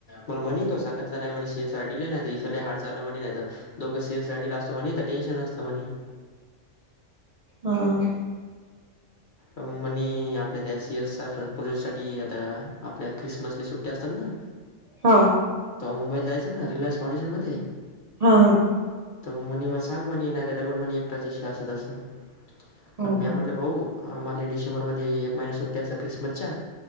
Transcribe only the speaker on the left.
मण म्हणे तो सांगितला नाही म्हण शेसडले नाही इथं ले हाल चाललं म्हणे नाही तर दोघं से साठी ला असतो म्हणे टेन्शन नतं म्हणे
मंग म्हणे आपल्या देशही येस सर पूर्वीसाठी आता आपल्या क्रिसमसली सुट्टी असतात ना.
तो मुंबईला जायचं ना, रियनस फऑंडेशन मध्ये.
त मग मणे म सांग म्हणे. नाही त डबल मनी एकटाच इषी अस तसं.
पण म्या म्हणल भाऊ, आम्हाला डिसेंबरमध्ये एक महिना सुट्टी असता. क्रिसमसच्या.